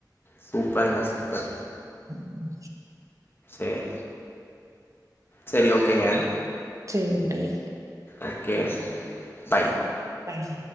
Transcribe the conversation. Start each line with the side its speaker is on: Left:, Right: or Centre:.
Left: சூப்பர்ங்க சூப்பர்
Right: உம்
Left: உம் சரி ஓகேங்க
Right: ஏன்றாய்
Left: ஓகே பாய்
Right: பாய்